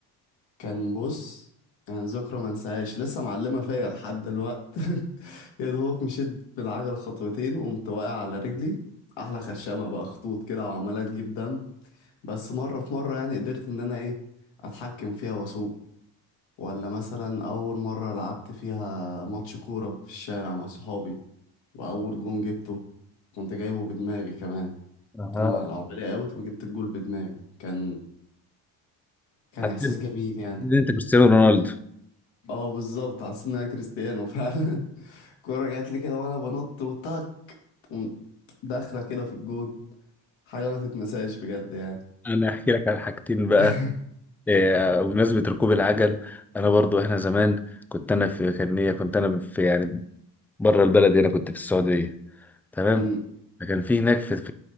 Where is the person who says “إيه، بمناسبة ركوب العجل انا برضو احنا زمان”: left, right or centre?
Centre